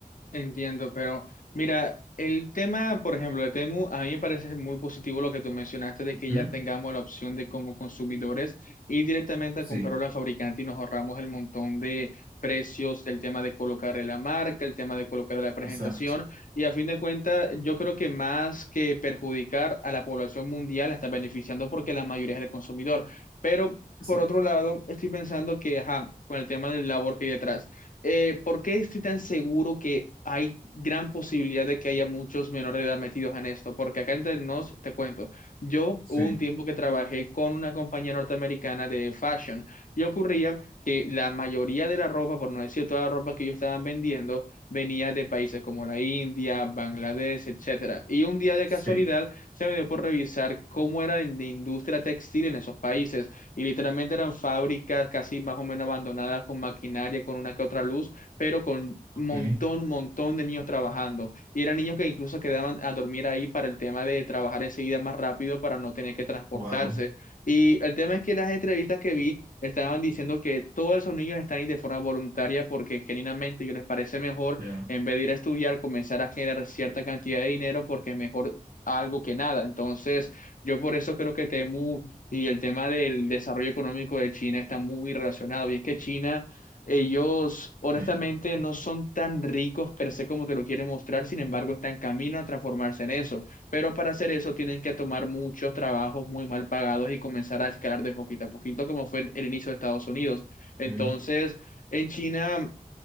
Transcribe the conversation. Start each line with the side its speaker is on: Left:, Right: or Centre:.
Left: Entiendo, pero mira, el tema, por ejemplo, de Temu, a mí me parece muy positivo lo que tú mencionaste de que
Right: ¿Mm?
Left: ya tengamos la opción de como consumidores ir directamente
Right: Sí,
Left: a comprarlo al fabricante y nos ahorramos el montón de precios, el tema de colocar la marca, el tema de colocar la presentación
Right: Exacto,
Left: y a fin de cuentas yo creo que más que perjudicar a la población mundial la está beneficiando porque la mayoría es el consumidor, pero
Right: exacto.
Left: por otro lado estoy pensando que ajá, con el tema del labor que hay detrás eh, ¿por qué estoy tan seguro que hay gran posibilidad de que haya muchos menores de edad metidos en esto? Porque acá entre nos, te cuento, yo hubo
Right: Sí,
Left: un tiempo que trabajé con una compañía norteamericana de fashion y ocurría que la mayoría de la ropa, por no decir toda la ropa que ellos estaban vendiendo, venía de países como la India, Bangladesh, etcétera. Y un día de
Right: sí,
Left: casualidad se me dio por revisar cómo era la industria textil en esos países y literalmente eran fábricas casi más o menos abandonadas con maquinaria, con una que otra luz, pero con montón,
Right: ok,
Left: montón de niños trabajando. Y eran niños que incluso quedaban a dormir ahí para el tema de trabajar enseguida más rápido para no tener que transportarse.
Right: wow,
Left: Y el tema es que las entrevistas que vi estaban diciendo que todos esos niños están ahí de forma voluntaria porque genuinamente ellos les parece mejor,
Right: ya,
Left: en vez de ir a estudiar, comenzar a generar cierta cantidad de dinero porque es mejor algo que nada. Entonces, yo por eso creo que Temu y el tema del desarrollo económico de China está muy relacionado. Y es que China, ellos honestamente
Right: sí,
Left: no son tan ricos per se como te lo quieren mostrar, sin embargo, están en camino a transformarse en eso. Pero para hacer eso tienen que tomar muchos trabajos muy mal pagados y comenzar a escalar de poquito a poquito, como fue el, el inicio de Estados Unidos. Entonces,
Right: ok,
Left: en China...